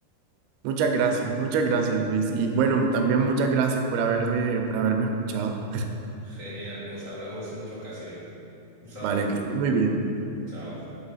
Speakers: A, on the right (about 85°); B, on the left (about 65°).
A: Muchas gracias, muchas gracias, Luis. Y bueno, también muchas gracias por haberme, por haberme escuchado.
B: Genial, pues hablamos en otra ocasión. Un saludo.
A: Vale, que estés muy bien.
B: Chao.